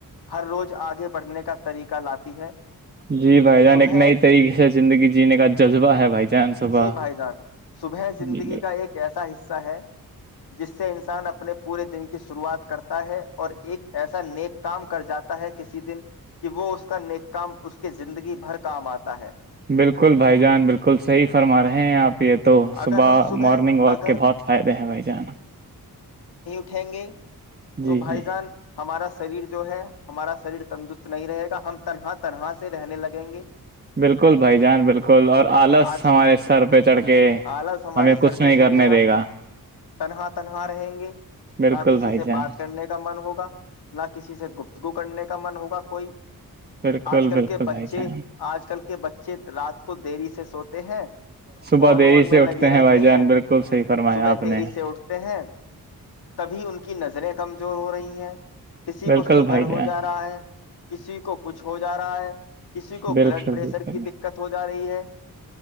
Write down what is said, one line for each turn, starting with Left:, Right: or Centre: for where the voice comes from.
Left: ہر روز آگے بڑھنے کا طریقہ لاتی ہے
Right: جی بھائی جان
Left: صبح
Right: ایک نئی طریقے سے زندگی جینے کا جذبہ ہے بھائی جان صبح
Left: جی بھائی جان صبح زندگی
Right: ج
Left: کا ایک ایسا حصہ ہے جس سے انسان اپ اپنے پورے دن کی شروعات کرتا ہے اور ایک ایسا نیک کام کر جاتا ہے کسی دن کہ وہ اس کا نیک کام اس کے زندگی بھر کام آتا ہے
Right: بالکل بھائی جان بالکل صحیح فرما رہے ہیں آپ یہ تو صبح
Left: اگر ہم
Right: مارننگ واک
Left: اگر
Right: کے بہت فائدے ہیں بھائی جان
Left: تھییں گے تو
Right: جی
Left: بھائی
Right: جی
Left: جان ہمارا شریر جو ہے ہمارا شریر تندرست نہیں رہے گا ہم تنہا تنہا سے رہنے لگیں گے
Right: بالکل بھائی جان بالکل اور آلس
Left: آج
Right: ہمارے سر پہ چڑھ کے
Left: آلس ہمارے
Right: ہمیں کچھ
Left: سر پہ
Right: نہیں
Left: چڑھے
Right: کرنے
Left: گا
Right: دے
Left: تنہا تنہا رہیں گے
Right: بالکل
Left: نہ کسی
Right: بھائی
Left: سے
Right: جان
Left: بات کرنے کا من ہوگا نہ کسی سے گپت کو کرنے کا من ہوگا کوئی
Right: بالکل
Left: آج کل
Right: بالکل
Left: کے بچے
Right: بھائی جان
Left: آج کل کے بچے رات کو دری سے سوتے ت ہیں
Right: صبح
Left: فون
Right: دیری
Left: وون میں
Right: سے اٹھتے
Left: لگے رہتے
Right: بھائی جان
Left: ہیں
Right: بالکل صحیح فرمایا
Left: صبح
Right: آپ
Left: دری
Right: نے
Left: سے اٹھتے ہیں تبھی ان کے کی نظریں کمزور ہو رہی ہیں کسی
Right: بالکل
Left: کو سوگر
Right: بھائی جان
Left: ہو جا رہا ہے کسی کو کچھ ہو جائے آ ہے کسی کو
Right: بالکل
Left: بلڈ پریشر
Right: بالکل
Left: کی دقت ہو جا رہی ہے